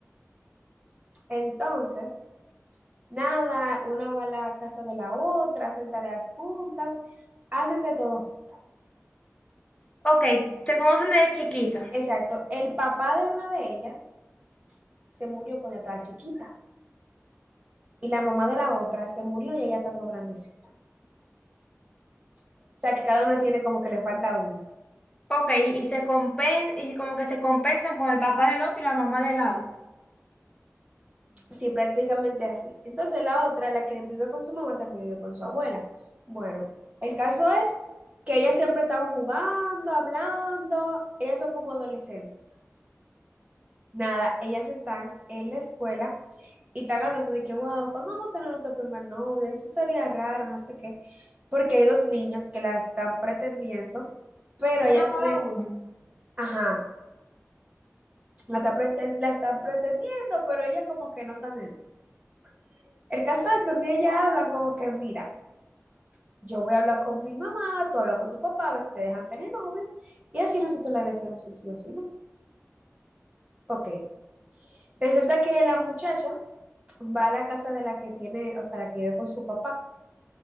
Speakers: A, on the right (about 25°); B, on the left (about 20°).
A: Entonces, nada, una va a la casa de la otra, hacen tareas juntas, hacen de todo juntas.
B: Ok, se conocen desde chiquita.
A: Exacto. El papá de una de ellas se murió cuando estaba chiquita. Y la mamá de la otra se murió ya ya estando grandecita. O sea, que cada una tiene como que le falta uno.
B: Ok, y se compen y como que se compensan con el papá del otro y la mamá del lado.
A: Sí, prácticamente así. Entonces la otra, la que vive con su mamá, también vive con su abuela. Bueno, el caso es que ellas siempre están jugando, hablando, ellas son como adolescentes. Nada, ellas están en la escuela y están hablando de que, wow, ¿cuándo vamos a tener nuestro primer novio? Eso sería raro, no sé qué, porque hay dos niños que la están pretendiendo, pero ellas
B: Uno cada
A: le,
B: uno.
A: ajá, la, está prete- la están pretendiendo, pero ellas como que no están en eso. El caso es que un día ya hablan como que, mira, Yo voy a hablar con mi mamá, tú hablas con tu papá, a ver si te dejan tener novio. Y así nosotros le decimos si sí o si no. Ok. Resulta que la muchacha va a la casa de la que tiene, o sea, la que vive con su papá.